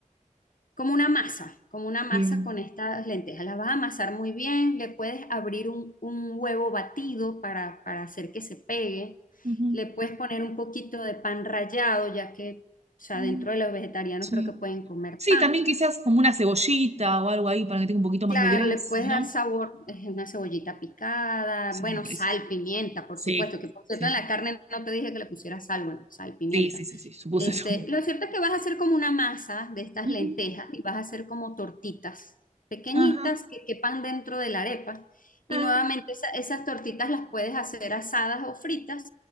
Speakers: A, on the left; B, on the right.
A: como una masa, como una masa
B: Bien.
A: con estas lentejas. Las vas a amasar muy bien, le puedes abrir un, un huevo batido para, para hacer que se pegue,
B: Ujú.
A: le puedes poner un poquito de pan rallado, ya que, o sea,
B: Mm,
A: dentro de los vegetarianos
B: Sí.
A: creo que pueden comer
B: Sí,
A: pan.
B: también quizás como una cebollita o algo ahí para que tenga un poquito
A: Claro,
B: más de gracia,
A: le puedes dar
B: ¿no?
A: sabor, eh, una cebollita picada,
B: Sí,
A: bueno,
B: me parece.
A: sal, pimienta, por
B: Sí,
A: supuesto, que por cierto
B: sí,
A: en
B: sí,
A: la carne no te dije que le pusieras sal, bueno, sal, pimienta.
B: sí, sí, sí, sí, supuse
A: Este,
B: eso.
A: lo cierto es que vas a hacer como una masa de estas
B: Ujú.
A: lentejas y vas a hacer como tortitas pequeñitas
B: Ajá.
A: que quepan dentro de la arepa. Y
B: Ah.
A: nuevamente esa- esas tortitas las puedes hacer asadas o fritas